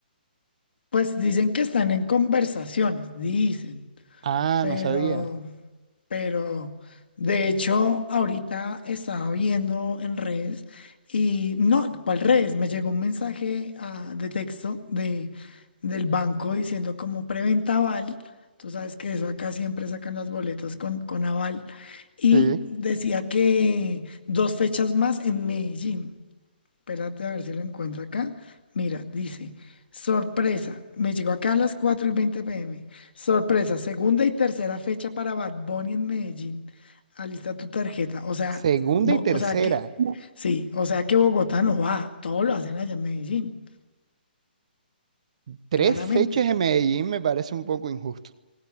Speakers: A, on the left; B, on the right.
A: Pues dicen que están en conversaciones, dicen.
B: Ah,
A: Pero,
B: no sabía.
A: pero, de hecho, ahorita estaba viendo en redes y no, ¿cuál redes? Me llegó un mensaje ah, de texto de, del banco diciendo como preventa aval. Tú sabes que eso acá siempre sacan las boletas con, con aval. Y
B: Sí.
A: decía que dos fechas más en Medellín. Espérate a ver si lo encuentro acá. Mira, dice, sorpresa, me llegó acá a las cuatro y 20 pm. Sorpresa, segunda y tercera fecha para Bad Bunny en Medellín. Alista tu tarjeta. O sea,
B: Segunda
A: Bo-
B: y tercera.
A: o sea que, sí, o sea que Bogotá no va, todo lo hacen allá en Medellín,
B: Tres
A: claramente.
B: fechas en Medellín me parece un poco injusto.